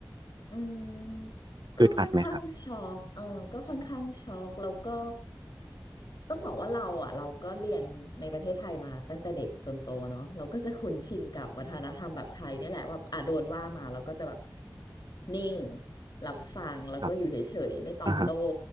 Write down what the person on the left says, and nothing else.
อืมก็ค่อนข้างช็อกเออก็ค่อนข้างช็อกแล้วก็
ต้องบอกว่าเราอ่ะเราก็เรียนในประเทศไทยมาตั้งแต่เด็กจนโตเนาะเราก็จะคุ้นชินกับวัฒนธรรมแบบไทยเนี่ยแหละว่าอ่ะโดนว่ามาเราก็จะแบบนิ่งรับฟังแล้วก็อยู่เฉยๆไม่ตอบโต้